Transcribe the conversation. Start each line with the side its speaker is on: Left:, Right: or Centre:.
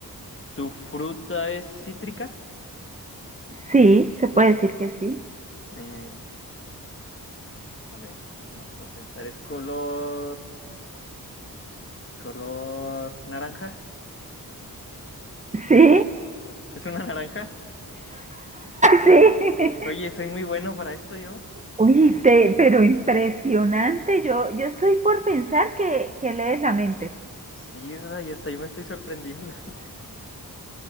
Left: ¿Tu fruta es cítrica?
Right: Sí, se puede decir que sí.
Left: Eh, a ver, ¿qué más puedo pensar? ¿Es color, color naranja?
Right: Sí,
Left: ¿Es una naranja?
Right: <laughs> sí.
Left: Oye, soy muy bueno para esto yo.
Right: Uy, te- pero impresionante. Yo, yo estoy por pensar que, que lees la mente.
Left: Sí, ¿verdad? Y hasta yo me estoy sorprendiendo. <laughs>